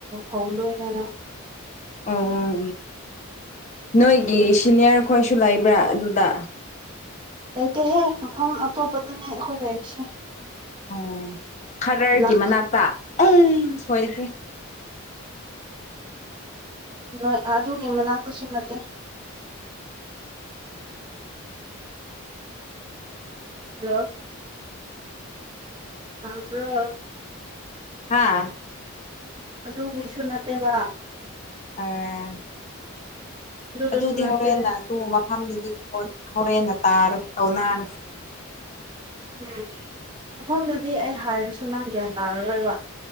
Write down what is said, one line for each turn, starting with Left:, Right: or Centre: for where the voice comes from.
Right: ꯍꯧꯗꯣꯏꯅꯅ
Left: ꯑꯣ ꯑꯣ ꯅꯣꯏꯒꯤ ꯁꯤꯅꯤꯌꯔ ꯈꯣꯏꯁꯨ ꯂꯥꯛꯏꯕ ꯕ꯭ꯔꯥ ꯑꯗꯨꯗ
Right: ꯂꯩꯇꯦꯍꯦ ꯃꯐꯝ ꯑꯇꯣꯞꯄꯗꯅꯦ ꯑꯩꯈꯣꯏ ꯂꯩꯔꯤꯁꯦ
Left: ꯎꯝ ꯈꯔꯒꯤ
Right: ꯂꯛ
Left: ꯃꯅꯥꯛꯇ ꯎ ꯁꯣꯏꯗꯦ
Right: ꯅꯣꯏ ꯑꯗꯨꯒꯤ ꯃꯅꯥꯛꯇꯁꯨ ꯅꯠꯇꯦ ꯍꯜꯂꯣ ꯇꯥꯕ꯭ꯔꯣ
Left: ꯍꯥꯥ
Right: ꯑꯗꯨꯒꯤꯁꯨ ꯅꯠꯇꯦꯕ
Left: ꯑ
Right: ꯑꯗꯨꯗꯁꯨ
Left: ꯑꯗꯨꯗꯤ
Right: ꯅꯠꯇꯦ
Left: ꯍꯣꯔꯦꯟꯟꯅ ꯑꯗꯨ ꯃꯐꯝꯗꯨꯗꯤ ꯍꯣꯔꯦꯟꯅ ꯇꯥꯔꯦ ꯇꯧꯅꯔꯁꯦ
Right: ꯎꯝ ꯃꯐꯝꯗꯨꯗꯤ ꯑꯩ ꯍꯥꯏꯔꯁꯨ ꯅꯪ ꯒ꯭ꯌꯥꯟ ꯇꯥꯔꯔꯣꯏꯕ